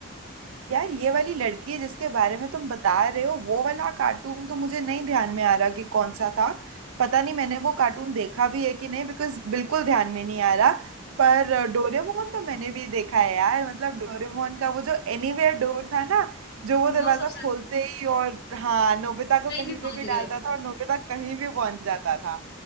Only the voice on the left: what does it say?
वो सबसे
कहीं
भी पहुंच
गए